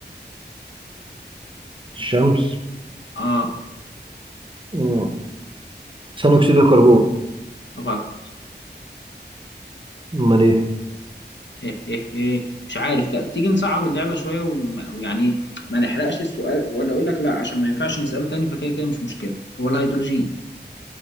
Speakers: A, on the right; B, on the left.
A: الشمس
B: اه
A: مم. ثاني أكسيد الكربون
B: غلط
A: أمال إيه
B: هيه هيه هيه. مش عارف تا- تيجي نصعب اللعبة شوية وم- ويعني ما نحرقش السؤال ولا أقول لك لا عشان ما ينفعش نسأله تاني فكده كده مش مشكلة هو الهيدروجين